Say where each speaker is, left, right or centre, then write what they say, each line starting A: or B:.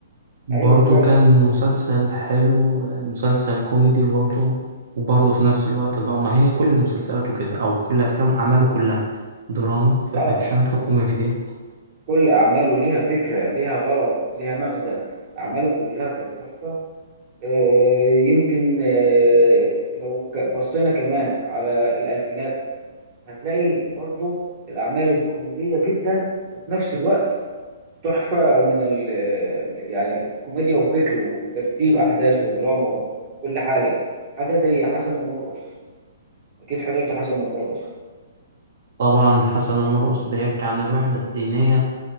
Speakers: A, on the right; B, on the right.
A: برضه
B: ايوه فعلا
A: كان مسلسل حلو مسلسل كوميدي برضه وبرضه في نفس الوقت دراما هي كل مسلسلاته كده أو كل أفلام أعماله كلها دراما في
B: اه
A: أكشن في
B: هو
A: كوميديا
B: كل اعماله ليها فكره ليها غرض ليها مغزى اعماله كلها كانت تحفه آه، يمكن آه، لو ك- بصينا كمان على الالفينات هتلاقي برضو الاعمال الكوميديه جدا وفي نفس الوقت تحفه من ال يعني كوميديا وفكر وترتيب احداث ودراما وكل حاجه حاجه زي حسن ومرقص اكيد حضرت حسن ومرقص
A: طبعا حسن ومرقص بيحكي عن الوحدة الدينية